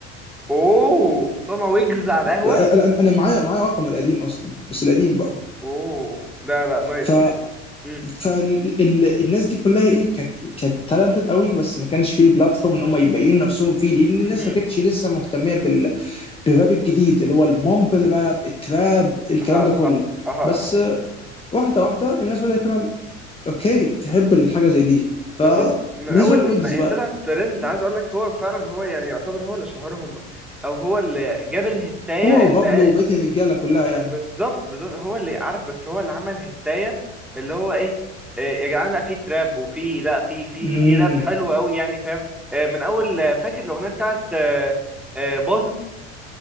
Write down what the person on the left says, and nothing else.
انا أنا- أنا معايا معايا رقمه القديم اصلا بس القديم بقى
ف
فالناس دي كلها ايه كانت كانت تالنتد قوي بس ما كانش فيه البلاتفورم ان هم يبينوا نفسهم فيه لان الناس
ما كانتش لسه مهتميه بال بالراب الجديد اللي هو المومبل راب التراب الكلام
ده كله
بس واحده واحده الناس بدات فعلا اوكي تحب الحاجه زي دي فبالنسبه
لويجز
بقى
هو وبابلو
وبقيه الرجاله كلها يعني
امم